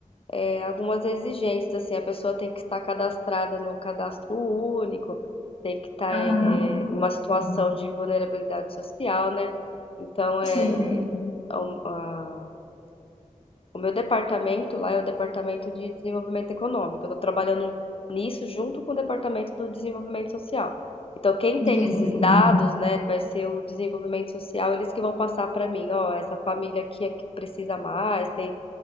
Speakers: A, on the left; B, on the left.
A: é, algumas exigências, assim, a pessoa tem que estar cadastrada no cadastro único, tem que estar
B: Aham,
A: é, em uma situação de vulnerabilidade social, né? Então, é,
B: sim,
A: é um, a- O meu departamento lá é o departamento de desenvolvimento econômico. Eu estou trabalhando nisso junto com o departamento do desenvolvimento social. Então, quem
B: entendi.
A: tem esses dados, né, vai ser o desenvolvimento social, eles que vão passar para mim, ó, essa família aqui é que precisa mais, tem,